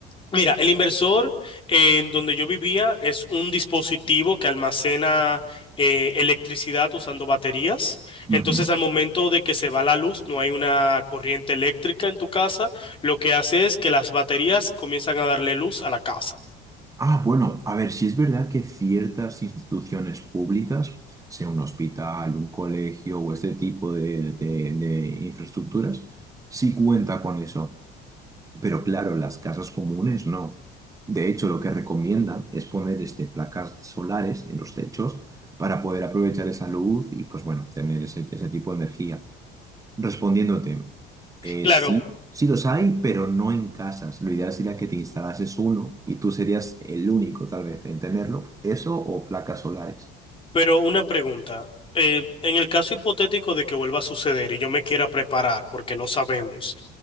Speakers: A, on the left; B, on the right.
A: Mira, el inversor eh, en donde yo vivía es un dispositivo que almacena eh, electricidad usando baterías. Entonces,
B: Ujú.
A: al momento de que se va la luz, no hay una corriente eléctrica en tu casa, lo que hace es que las baterías comienzan a darle luz a la casa.
B: Ah, bueno, a ver, si es verdad que ciertas instituciones públicas, sea un hospital, un colegio o este tipo de, de de infraestructuras, sí cuenta con eso. Pero claro, las casas comunes no. De hecho, lo que recomienda es poner este, placas solares en los techos para poder aprovechar esa luz y, pues bueno, tener ese, ese tipo de energía. Respondiéndote, eh,
A: Claro,
B: sí, sí los hay, pero no en casas. Lo ideal sería que te instalases uno y tú serías el único, tal vez, en tenerlo. Eso o placas solares.
A: Pero una pregunta, eh, en el caso hipotético de que vuelva a suceder y yo me quiera preparar, porque no sabemos,